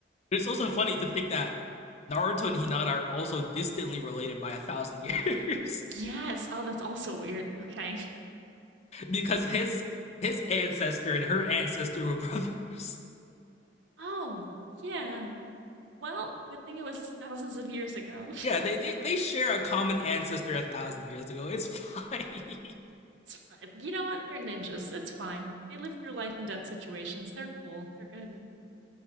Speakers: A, on the left; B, on the right.
A: But it's also funny to think that Naruto and Hinata are also distantly related by a thousand years
B: Yes. Oh, that's also weird. Okay.
A: <laughs> because his his ancestor and her ancestor were <laughs> brothers.
B: Oh, yeah. Well, good thing it was thousands of years ago.
A: Yeah,
B: <laughs>
A: they, they, they share a common ancestor a thousand years ago. It's fine.
B: It's fine. You know what? They're ninjas. It's fine. They live through life and death situations. They're cool. They're good.